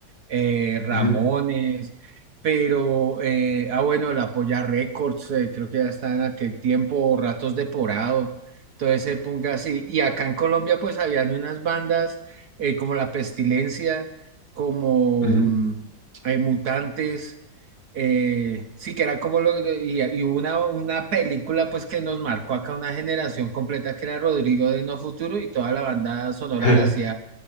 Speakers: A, on the right (about 60°); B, on the left (about 55°).
A: eh, Ramones,
B: Ujú,
A: pero, eh, ah, bueno, La Polla Records, eh, creo que ya está en aquel tiempo, Ratos de Porado, todo ese punk así. Y acá en Colombia, pues, habían unas bandas eh, como La Pestilencia, como
B: ujú.
A: mm, eh, Mutantes eh, sí, que era como lo de- y, y hubo una, una película pues que nos marcó acá una generación completa que era Rodrigo de No Futuro y toda la banda sonora
B: <laughs>
A: la hacía